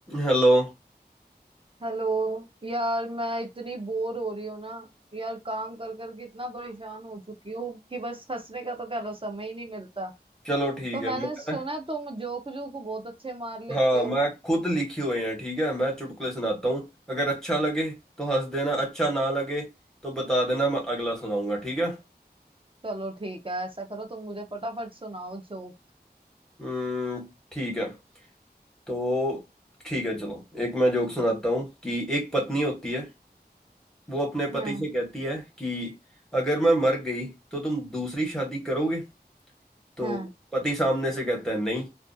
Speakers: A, in the centre; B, on the right.
A: Hello
B: हेलो यार मैं इतनी बोर हो रही हूँ ना यार काम कर कर के इतना परेशान हो चुकी हूँ कि बस हंसने का तो कह लो समय ही नहीं मिलता
A: चलो ठीक
B: तो
A: है
B: मैंने
A: मैं
B: सुना तुम जोक जोक बहुत अच्छे मार लेते
A: हाँ
B: हो
A: मैं खुद लिखे हुए हैं ठीक है मैं चुटकुले सुनाता हूँ अगर अच्छा लगे तो हंस देना अच्छा ना लगे तो बता देना मैं अगला सुनाऊंगा ठीक है
B: चलो ठीक है ऐसा करो तुम मुझे फटाफट सुनाओ जोक
A: हम्म ठीक है तो ठीक है चलो एक मैं जोक सुनाता हूँ कि एक पत्नी होती है वो अपने पति
B: हम्म
A: से कहती है कि अगर मैं मर गई तो तुम दूसरी शादी करोगे तो
B: हम्म
A: पति सामने से कहता है नहीं